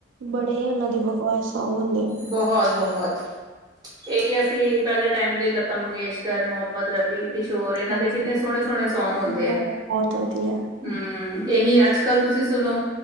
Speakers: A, on the right; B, on the right.
A: ਬੜੇ ਉਹਨਾਂ ਦੇ ਬਕਵਾਸ ਸੌਗ ਹੁੰਦੇ। ਨੇ।
B: ਬਹੁਤ- ਬਹੁਤ। ਇਹੀ ਅਸੀਂ ਪਹਿਲੇ ਟਾਈਮ ਦੇ ਲਤਾ ਮੰਗੇਸ਼ਕਰ, ਮੁਹੰਮਦ ਰ ਕੁਛ ਹੋਰ ਇਹਨਾਂ
A: ਹਾਂਜੀ,
B: ਦੇ ਕਿੰਨੇ ਸੋਹਣੇ- ਸੋਹਣੇ ਸੌਗ ਹੁੰਦੇ
A: ਬਹੁਤ
B: ਆ।
A: ਵਧੀਆ।
B: ਹੂ, ਇਹੀ ਅੱਜ ਕੱਲ੍ਹ ਤੁਸੀਂ ਸੁਣੋ।